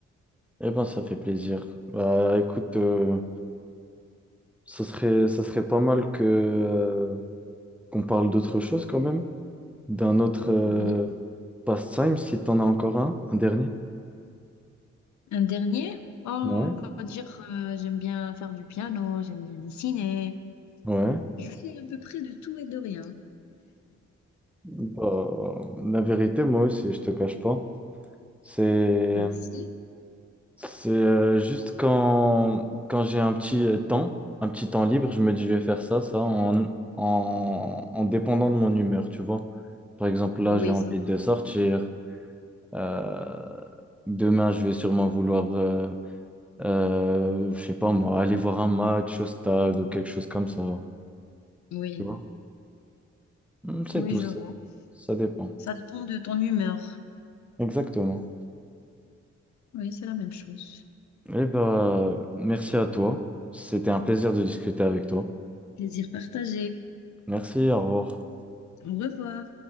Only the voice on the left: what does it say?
Oui.
Un dernier? Oh,
on va dire, euh, j'aime bien faire du piano, j'aime bien dessiner.
Je fais à peu près de tout et de rien.
Merci.
Oui,
ça dépend.
Oui,
oui,
je
vois.
Ça dépend de ton humeur.
Oui, c'est la même chose.
Plaisir partagé.
Au revoir.